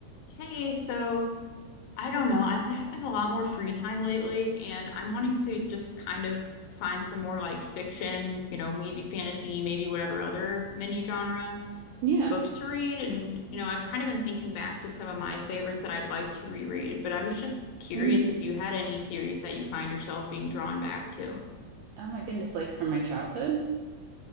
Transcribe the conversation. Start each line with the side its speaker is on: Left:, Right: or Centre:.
Left: Hey, so I don't know. I've been having a lot more free time lately, and I'm wanting to just kind of find some more like fiction, you know, maybe fantasy, maybe whatever other mini genre
Right: Yeah.
Left: books to read. And, you know, I've kind of been thinking back to some of my favorites that I'd like to reread, but I was just curious
Right: Mm.
Left: if you had any series that you find yourself being drawn back to.
Right: Oh my goodness, like from my childhood?